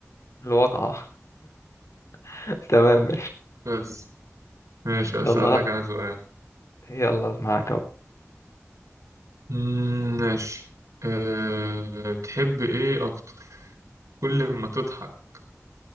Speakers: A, on the left (about 70°); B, on the right (about 85°).
A: الواقعه <laughs> تمام
B: بس ماشي أسألك
A: يلا
B: أنا سؤال
A: يلا معاك اهو
B: مم، ماشي أه... تحب إيه أكتر كل ما تضحك